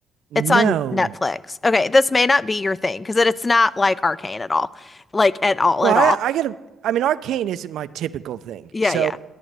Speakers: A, on the right; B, on the left.
A: no
B: It's on Netflix. Okay, this may not be your thing because it's not like Arcane at all. Like at all,
A: Well,
B: at
A: I,
B: all.
A: I gotta. I mean, arcane isn't my typical thing.
B: Yeah,
A: So
B: yeah.